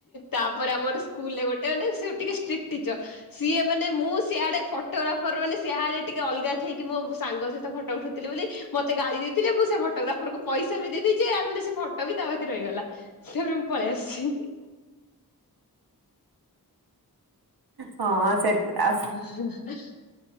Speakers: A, on the left; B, on the right.
A: ତାପରେ ଆମର ସ୍କୁଲରେ ଗୋଟେ ମାନେ ଟିକେ ସ୍ଟ୍ରିକ୍ଟ ଟିଚର ସିଏ ମାନେ ମୁଁ ସିଆଡେ ଫଟୋଗ୍ରାଫର ମାନେ ସେୟାରେ ଟିକେ ଅଲଗା ଥେଇକି ମୋ ସାଙ୍ଗ ସହିତ ତ ଫଟୋ ଉଠୋଉଥିଲି ବୋଲି ମତେ ଗାଳି ଦେଇଥିଲେ। ଏତେ ଫଟୋଗ୍ରାଫରଙ୍କୁ ପଇସ ବି ଦେଇ ଦେଇଚି, ମାନେ ସେ ଫଟୋ ବି ତା ପାଖରେ ରହିଗଲା। <unintelligible> ପଳେଇ ଆସିଚି।
B: ହଁ।
A: <unintelligible>
B: ସେ ଆ